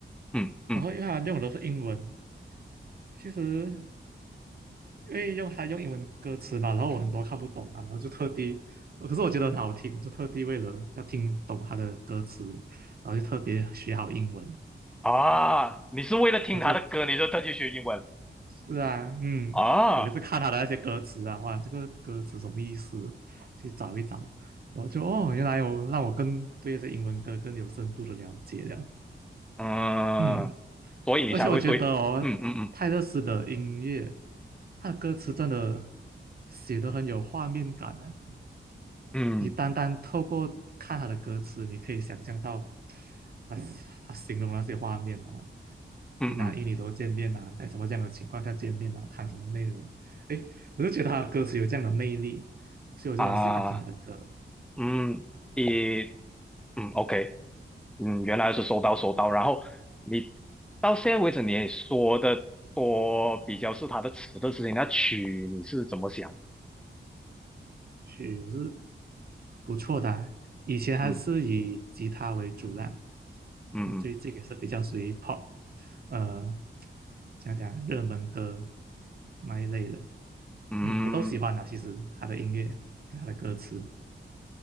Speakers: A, in the centre; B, on the right (about 50°).
A: 嗯嗯
B: 然后因为他用的都是英文，其实因为用他用英文歌词嘛，然后我很多看不懂嘛，然后就特地，呃可是我觉得很好听，就特地为了要听懂他的歌词，然后就特别学好英文，
A: 啊，你是为了听他的歌，
B: 然后就，
A: 你就特地学英文
B: 是啊，嗯，
A: 啊？
B: 我每次看他的那些歌词啊，哇，这个歌词什么意思？去找一找，然后就哦，原来有让我更对这英文歌更有深度的了解了，
A: 嗯，
B: 嗯，
A: 所以你才会对，
B: 而且我觉得哦，
A: 嗯嗯
B: 泰勒斯的音乐，他的歌词真的写的很有画面感呢、
A: 嗯嗯
B: 你单单透过看他的歌词，你可以想象到他他形容那些画面啊，
A: 嗯嗯
B: 一男一女都见面啊，在什么这样的情况下见面啊，谈什么内容？诶，我就觉得他的歌词有这样的魅力，所以我就很喜欢听他的歌
A: 啊，嗯，一，嗯，OK，嗯，原来是收到收到，然后你到现在为止你也说的多比较是他的词的事情，那曲你是怎么想？
B: 曲，就是不错的啊以前还是以吉他为主啦，
A: 嗯嗯嗯
B: 但最近也是比较属于 pop，呃，讲讲热门歌那一类的，
A: 嗯。
B: 嗯，我都喜欢的，其实他的音乐跟他的歌词，